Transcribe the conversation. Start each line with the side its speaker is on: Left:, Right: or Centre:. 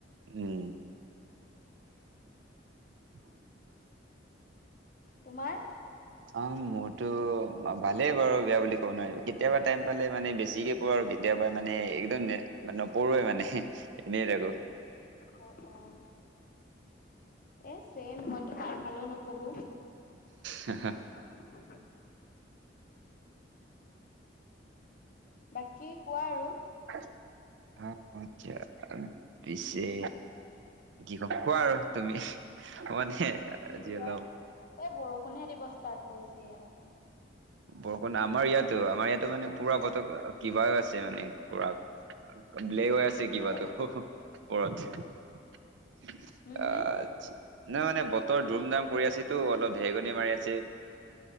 Right: উম। <inaudible>
Left: তোমাৰ।
Right: অ', মোৰতো ভালেই বাৰু, বেয়া বুলি ক'ব নোৱাৰি কেতিয়াবা টাইম পালে মানে বেছিকে পঢ়ো আৰু কেতিয়াবা মানে একদম নপঢ়াই মানে। এনেই থাকো।
Left: অ', অ'। এই চেম মইতো টাইম পালেও নপঢ়ো।
Right: হা হা।
Left: <inaudible> বাকী কোৱা আৰু।
Right: <unintelligible> পিছে কি ক'ম কোৱা আৰু তুমি, মানে‌
Left: তুমি
Right: যি
Left: কোৱা
Right: অলপ
Left: এই বৰষুণহে দিব ষ্টাৰ্ট কৰিছে ইয়াত আকৌ।
Right: বৰষুণ আমাৰ ইয়াতো, আমাৰ ইয়াতো মানে পুৰা বতৰ কিবা আছে মানে পুৰা ব্লেক হৈ আছে
Left: আমাৰো
Right: কিবা টো ওপৰত। <inaudible>
Left: হুম হুম
Right: নহয় নহয় বতৰ ধুম ধাম কৰি আছেতো অলপ ঢেৰেকণী মাৰি আছে।